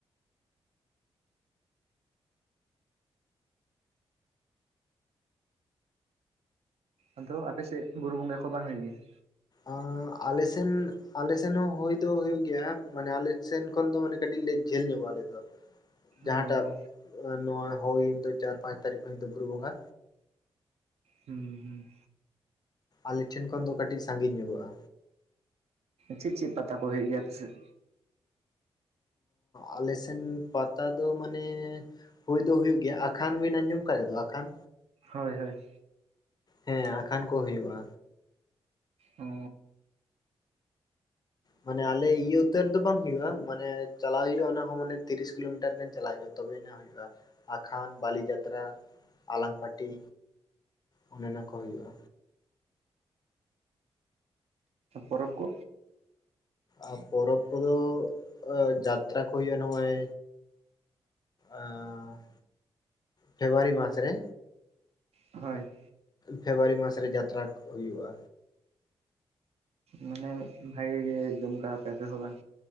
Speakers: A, on the right (about 65°); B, on the left (about 35°).
A: ᱚᱱᱛᱮ ᱫᱚ ᱟᱯᱮᱥᱮᱫ ᱵᱩᱨᱩ ᱵᱚᱸᱜᱟ ᱠᱚ ᱵᱟᱝ ᱦᱩᱭᱩᱜ ᱜᱮᱭᱟ
B: ᱟᱸᱻᱜ ᱟᱞᱮᱥᱮᱱ ᱟᱞᱮᱥᱮᱱ ᱦᱚᱸ ᱦᱩᱭ ᱫᱚ ᱦᱩᱭᱩᱜ ᱜᱮᱭᱟ ᱢᱟᱱᱮ ᱟᱞᱮ ᱥᱮᱱ ᱠᱷᱚᱱ ᱫᱚ ᱢᱟᱱᱮ ᱠᱟᱹᱴᱤᱡ ᱞᱮ ᱡᱷᱟᱹᱞ ᱧᱚᱜᱚᱜᱼᱟ ᱟᱞᱮ ᱫᱚ ᱡᱟᱦᱟᱸᱴᱟᱜ
A: ᱚ
B: ᱱᱚᱣᱟ ᱦᱩᱭᱮᱱ ᱫᱚ ᱪᱟᱨ ᱯᱟᱸᱪ ᱛᱟᱹᱨᱤᱠᱷ ᱦᱩᱭᱮᱱ ᱫᱚ ᱵᱩᱨᱩ ᱵᱚᱸᱜᱟ
A: <unintelligible> ᱦᱩᱸ ᱦᱩᱸ
B: ᱟᱞᱮ ᱴᱷᱮᱱ ᱠᱷᱚᱱ ᱫᱚ ᱠᱟᱹᱴᱤᱡ ᱥᱟᱺᱜᱤᱧ ᱧᱚᱜᱚᱜᱼᱟ᱾
A: ᱪᱮᱫ ᱪᱮᱫ ᱯᱟᱛᱟ ᱠᱚ ᱦᱩᱭᱩᱜ ᱜᱮᱭᱟ ᱟᱯᱮ ᱥᱮᱫ?
B: ᱟᱞᱮ ᱥᱮᱱ ᱯᱟᱛᱟ ᱫᱚ ᱢᱟᱱᱮ ᱦᱩᱭ ᱫᱚ ᱦᱩᱭᱩᱜ ᱜᱮᱭᱟ ᱟᱠᱷᱟᱱ ᱵᱮᱱ ᱟᱡᱚᱢ ᱟᱠᱟᱫ ᱨᱮᱫᱚ ᱟᱠᱷᱟᱱ?
A: ᱦᱳᱭ ᱦᱳᱭ᱾
B: ᱦᱮᱸ ᱟᱠᱷᱟᱱ ᱠᱚ ᱦᱩᱭᱩᱜᱼᱟ
A: ᱚ
B: ᱢᱟᱱᱮ ᱟᱞᱮ ᱤᱭᱟᱹ ᱩᱛᱟᱹᱨ ᱨᱮ ᱫᱚ ᱵᱟᱝ ᱦᱩᱭᱩᱜ-ᱟ ᱢᱟᱱᱮ ᱪᱟᱞᱟᱜ ᱦᱩᱭᱩᱜᱼᱟ ᱚᱱᱟ ᱦᱚᱸ ᱢᱟᱱᱮ ᱛᱤᱨᱤᱥ ᱠᱤᱞᱳ ᱢᱤᱴᱟᱨ ᱜᱟᱱ ᱪᱟᱞᱟᱜ ᱦᱩᱭᱩᱜᱼᱟ ᱛᱚᱵᱮ ᱱᱟᱜ ᱦᱩᱭᱩᱜᱼᱟ ᱟᱠᱷᱟᱱ ᱵᱟᱹᱞᱤ ᱡᱟᱛᱨᱟ ᱟᱞᱟᱝ ᱯᱟᱹᱴᱤ ᱚᱱᱮ ᱚᱱᱟᱠᱚ ᱦᱩᱭᱩᱜᱼᱟ
A: ᱯᱚᱨᱚᱵᱽ ᱠᱚ
B: ᱟᱨ ᱯᱚᱨᱚᱵᱽ ᱠᱚ ᱫᱚ ᱡᱟᱛᱨᱟ ᱠᱚ ᱦᱩᱭᱩᱜᱼᱟ ᱱᱚᱜᱼᱚᱭ ᱟᱸᱻ ᱯᱷᱮᱵᱽᱨᱩᱣᱟᱨᱤ ᱢᱟᱥ ᱨᱮ
A: ᱦᱳᱭ
B: ᱯᱷᱮᱵᱽᱨᱩᱣᱟᱨᱤ ᱢᱟᱥ ᱨᱮ ᱡᱟᱛᱨᱟ ᱠᱚ ᱦᱩᱭᱩᱜᱼᱟ
A: ᱢᱟᱱᱮ ᱵᱷᱟᱜᱤ ᱜᱮ ᱡᱚᱢᱠᱟᱣᱟᱯᱮ ᱟᱯᱮ ᱦᱚᱸ ᱵᱟᱝ